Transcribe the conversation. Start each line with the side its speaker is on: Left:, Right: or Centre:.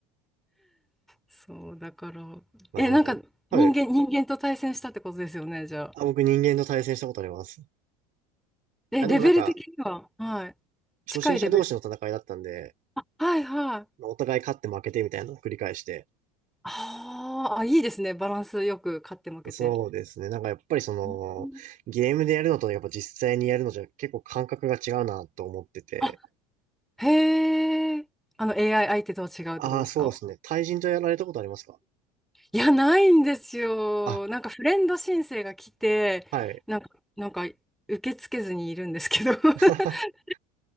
Centre: そう、だから。
Right: まあ、
Centre: え、
Right: なんか、
Centre: なんか人間、
Right: はい。
Centre: 人間と対戦したってことですよね、じゃあ。
Right: あ、僕人間と対戦したことあります。
Centre: え、
Right: あ、でもなんか、
Centre: レベル的には、はい。
Right: 初心者同士の戦いだったんで、
Centre: 近いレベル。はいはい。
Right: まあお互い勝って負けてみたいなのを繰り返して、
Centre: あーあ、いいですね。バランスよく勝って負けて。
Right: そうですね。なんかやっぱりその、
Centre: うん
Right: ゲームでやるのとねやっぱ実際にやるのじゃ結構感覚が違うなと思ってて。
Centre: あ、へえ。あの AI 相手とは違うってことですか
Right: ああ、そうですね。対人とやられたことありますか
Centre: いや、ないんですよ。
Right: あ、
Centre: なんかフレンド申請が来て、
Right: はい。
Centre: なんか、なんか受け付けずにいるんですけど <laughs>
Right: <laughs>